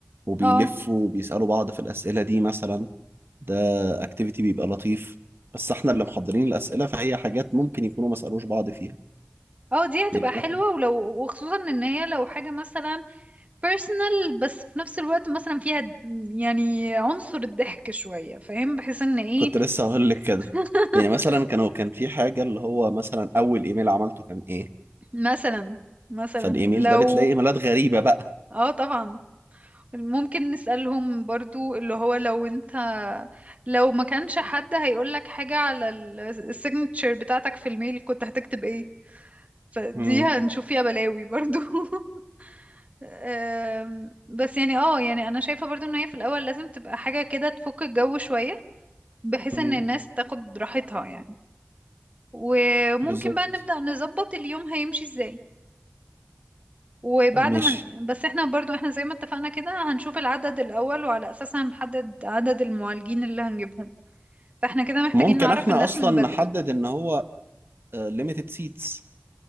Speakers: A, on the right; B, on the right.
A: وبيلفوا
B: اه
A: وبيسألوا بعض في الأسئلة دي مثلا ده اكتيفيتي بيبقى لطيف بس احنا اللي محضرين الأسئلة فهي حاجات ممكن يكونوا ما سألوش بعض فيها
B: اه دي هتبقى
A: يعني
B: حلوة
A: مثلا
B: ولو وخصوصا ان هي لو حاجة مثلا بيرسونال بس في نفس الوقت مثلا فيها د- يعني عنصر الضحك شوية فاهم بحيث ان ايه
A: كنت لسه هقول لك كده
B: <laughs>
A: يعني مثلا كانوا كان في حاجة اللي هو مثلا أول إيميل عملته كان إيه
B: مثلا مثلا
A: فالإيميل
B: لو
A: ده بتلاقي إيميلات غريبة بقى
B: اه طبعا ممكن نسألهم برضو اللي هو لو انت لو ما كانش حد هيقولك حاجة على السيجنتشر بتاعتك في الميل كنت هتكتب ايه فدي
A: امم
B: هنشوف فيها بلاوي برضو <laughs> أم، بس يعني اه يعني انا شايفة برضو ان هي في الاول لازم تبقى حاجة كده تفك الجو شوية بحيث
A: امم
B: ان الناس تاخد راحتها يعني وممكن
A: بالظبط
B: بقى نبدأ نظبط اليوم هيمشي ازاي وبعد
A: ماشي
B: ما ن- بس احنا برضو احنا زي ما اتفقنا كده هنشوف العدد الأول وعلى أساسها هنحدد عدد المعالجين اللي هنجيبهم فاحنا كده محتاجين
A: ممكن
B: نعرف
A: احنا
B: الناس
A: اصلا
B: من بدري
A: نحدد ان هو ليميتد سيتس